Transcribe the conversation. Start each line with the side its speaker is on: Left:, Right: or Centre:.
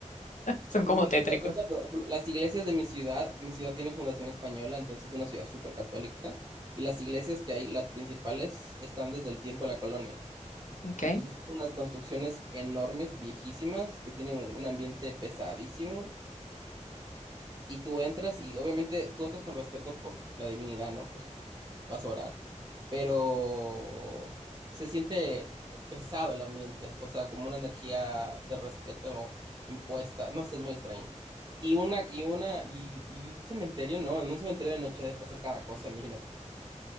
Left: Son
Right: Porque
Left: como
Right: si
Left: tétricos.
Right: te das cuenta, pero las iglesias de mi ciudad, mi ciudad tiene fundación española, entonces es una ciudad súper católica, y las iglesias que hay, las principales, están desde el tiempo de la colonia.
Left: Ok.
Right: Entonces, son unas construcciones enormes, viejísimas, que tienen un un ambiente pesadísimo, y tú entras y obviamente tú entras con respeto por la divinidad, ¿no? Pues vas a orar, pero se siente pesado el ambiente, o sea, como una energía de respeto impuesta, no sé, es muy extraño. Y una, y una, y, y un cementerio, no, en un cementerio de noche debe pasar cada cosa, imagínate.